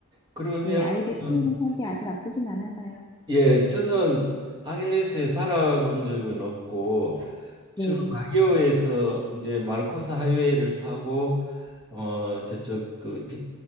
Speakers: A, on the right; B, on the left.
A: 그러면
B: 네, 아이들 키우고
A: 음,
B: 살기 아주 나쁘진 않아서요.
A: 예, 저는 앙헬레스에 살아본 적은 없고 주로
B: 네,
A: 바기오에서 이제 마르코스 하이웨이를 타고 어 저쪽 그 비-